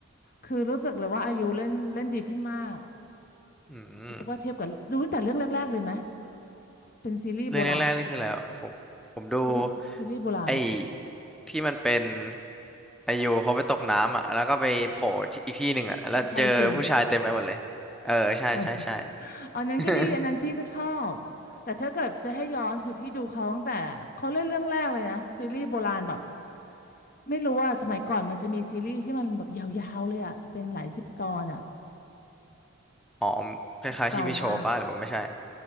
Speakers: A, on the left; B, in the centre.
A: คือรู้สึกเลยว่าอายุเล่นเล่นดีขึ้นมาก
B: อืม
A: เรียกว่าเทียบกับดูตั้งแต่เรื่องแรกๆเลยไหมเป็นซีรีส์โบราณ
B: เรื่องแรกๆนี่คือแล้วผมผมดู
A: ซีรีส์ซีรีส์โบราณ
B: ไอ้ที่มันเป็นไอยูเขาไปตกน้ำอ่ะแล้วก็ไปโผล่ที่อีกที่หนึ่งอ่ะแล้วเจอผู้ชายเต็มไปหมดเลยเออใช่ใช่ใช่
A: องค์ชายสี่องค์ชาย <laughs> อันนั้นก็ดีอันนั้นพี่ก็ชอบ
B: <laughs>
A: แต่ถ้าเกิดจะให้ย้อนคือพี่ดูเขาตั้งแต่เขาเล่นเรื่องแรกเลยนะซีรีส์โบราณแบบไม่รู้ว่าสมัยก่อนมันจะมีซีรีส์ที่มันแบบยาวๆเลยอ่ะเป็นหลายสิบตอนอ่ะ
B: อ๋อคล้ายๆที่วิโชว์ป่ะหรือว่าไม่ใช่
A: เก่ามาก